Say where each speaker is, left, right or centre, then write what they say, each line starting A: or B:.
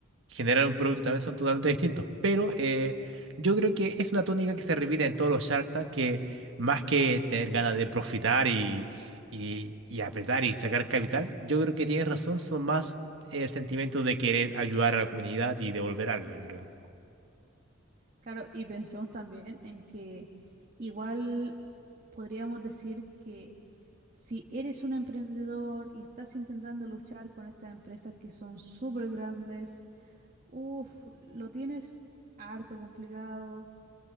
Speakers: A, on the right; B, on the right.
A: generar un producto también son totalmente distintos. Pero eh, yo creo que es una tónica que se repite en todos los Shark Tank, que más que tener ganas de profitar y, y, y apretar y sacar capital, yo creo que tienes razón, son más el sentimiento de querer ayudar a la comunidad y devolver algo, yo creo.
B: Claro, y pensemos también en que igual podríamos decir que si eres un emprendedor y estás intentando luchar con estas empresas que son súper grandes, uff, lo tienes harto complicado.